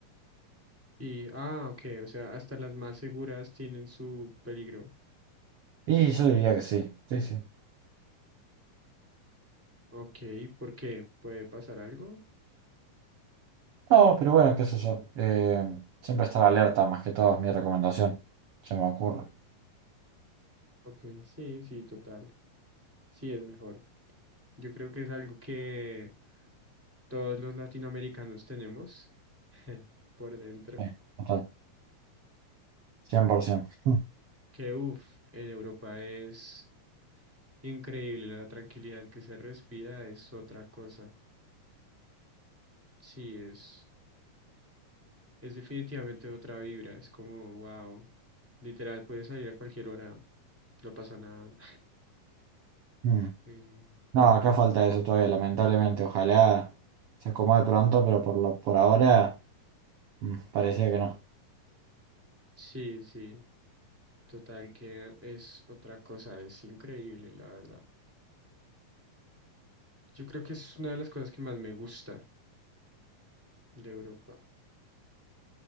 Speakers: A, in the centre; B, on the right.
A: Y, ah, ok, o sea, hasta las más seguras tienen su peligro.
B: Y yo diría que sí, sí, sí.
A: Ok, ¿por qué? ¿Puede pasar algo?
B: No, pero bueno, qué sé yo. eh, siempre estar alerta, más que todo es mi recomendación. Se me ocurre.
A: Ok, sí, sí, total. Sí, es mejor. Yo creo que es algo que todos los latinoamericanos tenemos <laughs> por dentro.
B: Sí, total, 100%.
A: Que uff, en Europa es increíble la tranquilidad que se respira, es otra cosa. Sí, es, es definitivamente otra vibra. Es como, wow, literal, puedes salir a cualquier hora, no pasa nada. <laughs>
B: <laughs>
A: Eh,
B: No, acá falta eso todavía, lamentablemente. Ojalá se acomode pronto, pero por lo, por ahora mm, parecía que no.
A: Sí, sí, total que es otra cosa, es increíble, la verdad. Yo creo que es una de las cosas que más me gusta de Europa.